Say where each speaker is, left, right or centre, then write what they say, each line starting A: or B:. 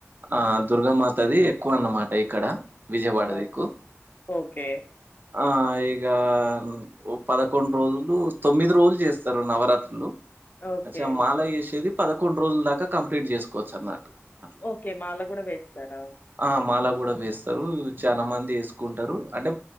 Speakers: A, on the right; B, on the left.
A: ఆ దుర్గామాతది ఎక్కువ అన్నమాట ఇక్కడ విజయవాడ
B: ఓ
A: దిక్కు.
B: ఓకే
A: ఆ ఇగ ఓ పదకొండు రోజులు తొమ్మిది రోజులు చేస్తారు నవరాత్రులు.
B: ఓకే.
A: అచ్చ మాల వేసేది పదకొండు రోజుల దాకా కంప్లీట్ చేసుకోవచ్చు అన్నట్టు అట్లా
B: ఓకే మాల కూడా వేస్తారా?
A: ఆ మాల కూడా వేస్తారు చాలా మంది వేసుకుంటారు. అంటే